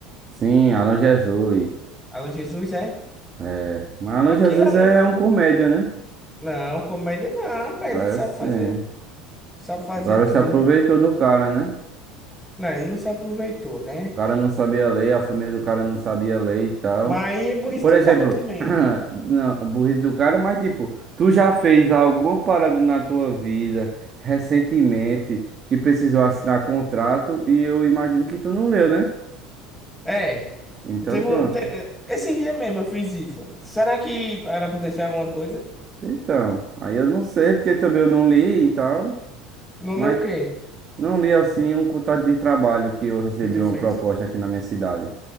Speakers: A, on the right (about 40°); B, in the centre.
A: Sim, Alan Jesus.
B: Alan Jesus, é?
A: É. Mas Alan
B: Aquilo
A: Jesus
B: ali.
A: é um comédia, né?
B: Não, comédia não, rapaz.
A: É
B: Ele sabe
A: sim.
B: fazer. Sabe fazer
A: O cara
B: tudo.
A: se aproveitou do cara, né?
B: Não, ele não se aproveitou, né?
A: O cara não sabia ler, a família do cara não sabia ler e tal.
B: Mas é burrice
A: Por
B: do
A: exemplo,
B: cabo também.
A: <clears throat> não, burrice do cara, mas tipo, tu já fez alguma parada na tua vida recentemente que precisou assinar contrato e eu imagino que tu não leu, né?
B: É.
A: Então
B: Teve
A: pronto.
B: um, te- Esse dia mesmo eu fiz isso. Será que vai acontecer alguma coisa?
A: Então, aí eu não sei porque também eu não li e tal,
B: Não
A: mas
B: leu o quê?
A: não li assim um contrato de trabalho que eu recebi
B: que tu fez.
A: uma proposta aqui na minha cidade.